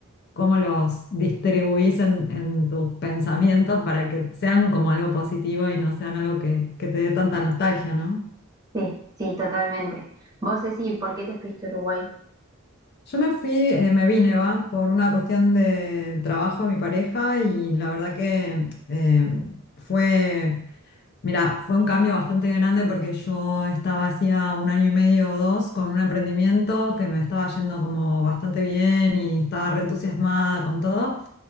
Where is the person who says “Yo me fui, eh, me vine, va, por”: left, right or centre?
Left